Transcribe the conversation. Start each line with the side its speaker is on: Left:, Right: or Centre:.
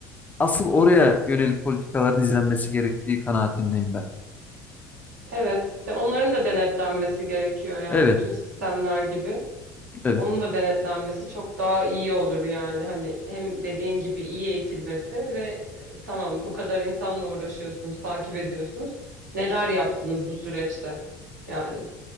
Left: asıl oraya yönelik politikaların izlenmesi gerektiği kanaatindeyim ben.
Right: Evet. De onların da denetlenmesi gerekiyor yani
Left: Evet,
Right: bütün sistemler gibi.
Left: evet,
Right: Onun da denetlenmesi çok daha iyi olur yani. Hani hem dediğin gibi iyi eğitilmesi ve e, tamam bu kadar insanla uğraşıyorsunuz, takip ediyorsunuz. Neler yaptınız bu süreçte? Yani.